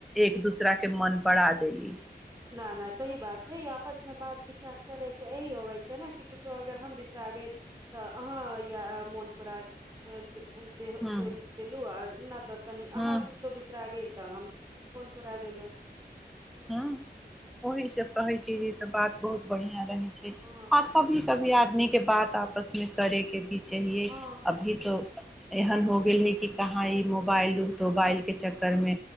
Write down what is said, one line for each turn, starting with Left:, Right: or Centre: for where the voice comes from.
Centre: एक दूसर के मन पड़ा देली
Right: न न सही बात छै आपस मे बात भी उपचार करै से यही होबे छै ने कि कुछो अगर हम बिसरागे तऽ अहाँ या
Centre: हँ
Right: मोन पूरा दे
Centre: हँ
Right: देलू आ न तऽ तनी
Centre: हँ
Right: अहाँ कुछो बिसरा गेल तऽ हम मन पुरा देल
Centre: ह ओहिी से कहै छी जे सब बात बहुत बढ़ििया रहै छै
Right: हँ
Centre: आ कभी कभी आदमी के बात आपसमे करे के बीच चाए
Right: हँ
Centre: अभी तऽ एहन हो गेल हे कि कहा ई मोबाइल रुक त मोबाइल के चक्कर में